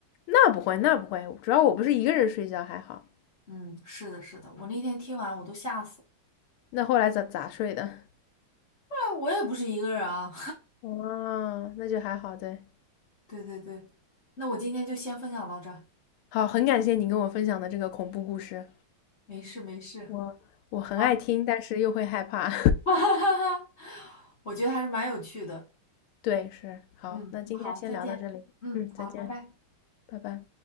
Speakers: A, on the left (about 80°); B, on the left (about 35°).
A: 那不会，那不会，主要我不是一个人睡觉，还好。
B: 嗯，是的，是的，我那天听完我都吓死了。
A: 那后来咋咋睡的？
B: <laughs> 那我也不是一个人啊，
A: 哦，那就还好，对，
B: <laughs> 对对对，那我今天就先分享到这儿
A: 好，很感谢你跟我分享的这个恐怖故事，
B: 没事没事，
A: 我我很爱听，
B: 好，<laughs>
A: 但是又会害怕。
B: 哈哈哈哈，我觉得还是蛮有趣的。
A: <laughs> 对，是，好，
B: 嗯，
A: 那今天先聊到这里，
B: 那好，再见。嗯，
A: 嗯，再见，
B: 好，拜拜。
A: 拜拜。